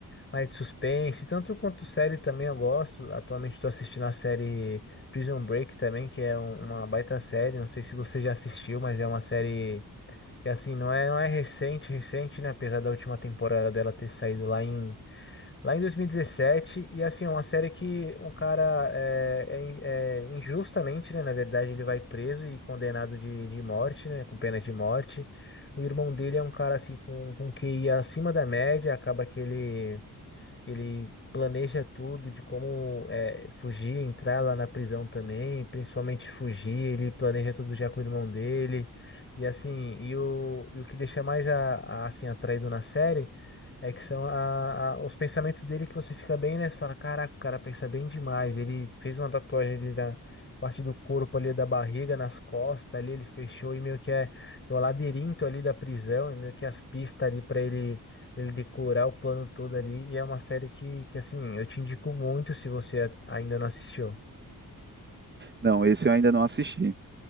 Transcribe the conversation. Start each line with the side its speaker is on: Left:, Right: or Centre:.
Left: mais de suspense, tanto quanto série também eu gosto. Atualmente estou assistindo a série Prison Break também, que é um- uma baita série, não sei se você já assistiu, mas é uma série que assim, não é não é recente, recente, né, apesar da última temporada dela ter saído lá lá em 2017. E dezessete. E assim, é uma série que um cara é, é in- é injustamente, né? Na verdade, ele vai preso e condenado de, de morte, né? Com pena de morte. O irmão dele é um cara assim com, com QI acima da média, acaba que ele que ele planeja tudo de como é, fugir, entrar lá na prisão também, principalmente fugir, ele planeja tudo já com o irmão dele. E assim, e o, e o que deixa mais a, a, assim, atraído na série é que são a, a- os pensamentos dele que você fica bem, né? Você fala, caraca, o cara pensa bem demais. Ele fez uma tatuagem ali na parte do corpo ali da barriga, nas costas ali, ele fechou e meio que é, é o labirinto ali da prisão, e meio que as pistas ali para ele pra ele decorar o plano todo ali. E é uma série que, que assim, eu te indico muito se você a- ainda não assistiu.
Right: Não, esse eu ainda não assisti.